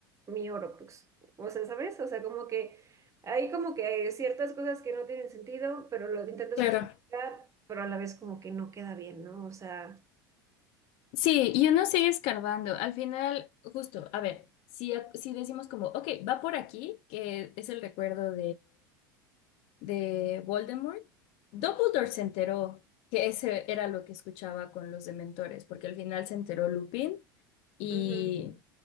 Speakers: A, on the right (about 25°); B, on the left (about 55°).
A: mi Horrocrux. O sea, ¿sabes? O sea, como que hay como que ciertas cosas que no tienen sentido, pero lo intentas
B: claro.
A: justificar, pero a la vez como que no queda bien, ¿no? O sea,
B: Sí, y uno sigue escarbando. Al final, justo, a ver, si, si decimos como, ok, va por aquí, que es el recuerdo de Voldemort, Dumbledore se enteró que ese era lo que escuchaba con los dementores, porque al final se enteró Lupin y,
A: ujú.